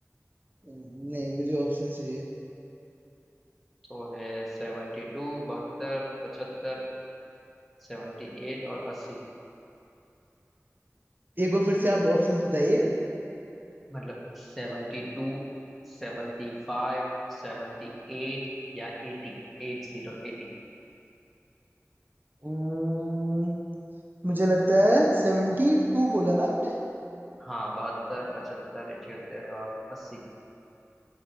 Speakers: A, on the right (about 40°); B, in the centre.
A: नहीं मुझे ऑप्शन चाहिए
B: तो है सेवेंटी टू बहत्तर पचहत्तर सेवेंटी एट और अस्सी
A: एक बार फिर से आप ऑप्शन बताइए
B: मतलब सेवेंटी टू सेवेंटी फाइव सेवेंटी एट या एटी एट जीरो एटी
A: अम्म, मुझे लगता है सेवेंटी टू बोला ना आपने
B: हाँ बहत्तर पचहत्तर इठहत्तर और अस्सी